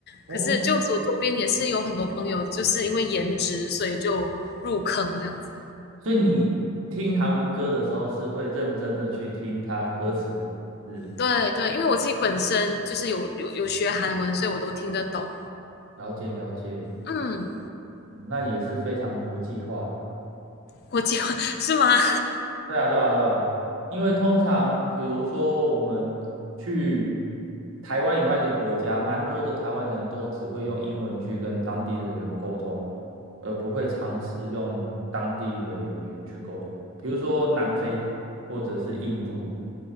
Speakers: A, on the right; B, on the left.
A: 哦，
B: 可是就我周边也是有很多朋友，就是因为颜值，所以就入坑这样子。
A: 所以你听韩文歌的时候是会认真的去听他歌词的是
B: 对对，因为我自己本身就是有有有学韩文，所以我都听得懂。
A: 了解了解，
B: 嗯，
A: 嗯那也是非常国际化。
B: 国际化 <laughs> 是吗？
A: 对啊，对啊，对啊，因为通常比如说我们去台湾以外的国家，蛮多的台湾人都只会用英文去跟当地的人沟通，而不会尝试用当地的语言去沟通。比如说南非，或者是印度，